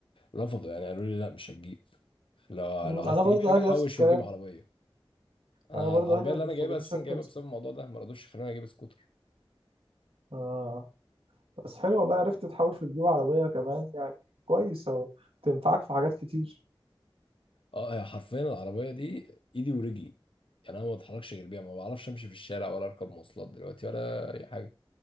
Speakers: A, on the left; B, on the right.
A: رفضوا يعني قالوا لي لا مش هتجيب لو
B: مم،
A: لو عايز
B: انا
A: تجيب
B: برضو
A: حاجة
B: اهلي
A: حوش
B: نفس الكلام
A: وجيب عربية أنا
B: انا برضو
A: العربية
B: اهلي ما
A: اللي
B: بيخلونيش
A: أنا جايبها أساسا
B: اركب
A: جايبها
B: سكوتر
A: بسبب الموضوع ده ما رضوش يخلوني أجيب سكوتر
B: آه بس حلو والله عرفت تحوش وتجيب عربية كمان يعني كويس اهو تنفعك في حاجات كتير
A: أه هي حرفيا العربية دي إيدي ورجلي يعني أنا ما بتحركش غير بيها ما بعرفش أمشي في الشارع ولا أركب مواصلات دلوقتي ولا أي حاجة